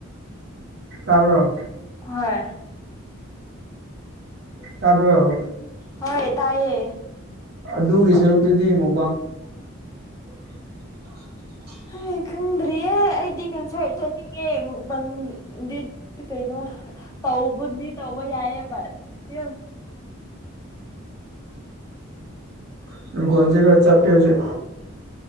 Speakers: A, on the right; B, on the left.
A: ꯇꯥꯕꯔꯣ
B: ꯍꯣꯏ
A: ꯇꯥꯕꯔꯣ
B: ꯍꯣꯏ ꯇꯥꯏꯌꯦ
A: ꯑꯗꯨꯒꯤ ꯁꯔꯨꯛꯇꯨꯗꯤ ꯃꯨꯛ
B: <inaudible>
A: <inaudible>
B: <unintelligible> ꯈꯪꯗ꯭ꯔꯦꯌꯦ ꯑꯩꯗꯤ ꯀꯟꯁ꯭ꯔꯠ ꯆꯠꯅꯤꯡꯉꯦ ꯃꯨꯛꯕꯥꯡꯗꯤ ꯀꯩꯅꯣ ꯇꯧꯕꯗꯤ ꯇꯧꯕ ꯌꯥꯏꯌꯦꯕ ꯁ꯭ꯇꯤꯜ
A: ꯏꯁ ꯅꯈꯣꯟꯖꯤꯗ ꯆꯞꯄꯦ ꯍꯧꯖꯤꯛ